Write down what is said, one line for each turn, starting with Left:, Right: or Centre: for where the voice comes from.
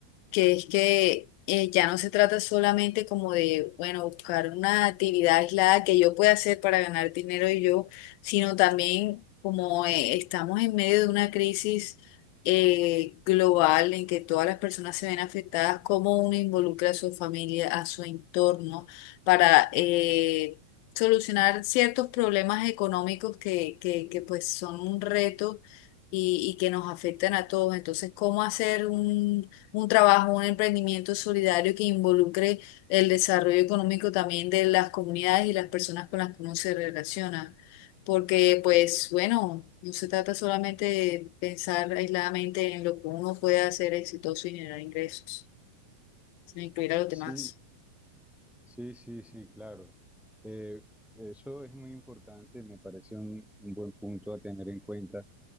Left: que es que eh, ya no se trata solamente como de, bueno, buscar una actividad aislada que yo pueda hacer para ganar dinero y yo, sino también como eh, estamos en medio de una crisis eh, global en que todas las personas se ven afectadas, cómo uno involucra a su familia, a su entorno, para eh, solucionar ciertos problemas económicos que, que, que pues son un reto y, y que nos afectan a todos. Entonces, ¿cómo hacer un un trabajo, un emprendimiento solidario que involucre el desarrollo económico también de las comunidades y las personas con las que uno se relaciona. Porque, pues, bueno, no se trata solamente de pensar aisladamente en lo que uno puede hacer exitoso y generar ingresos, sino incluir a los
Centre: Sí,
Left: demás.
Centre: sí, sí, sí, claro. Eh, eso es muy importante, me parece un, un buen punto a tener en cuenta.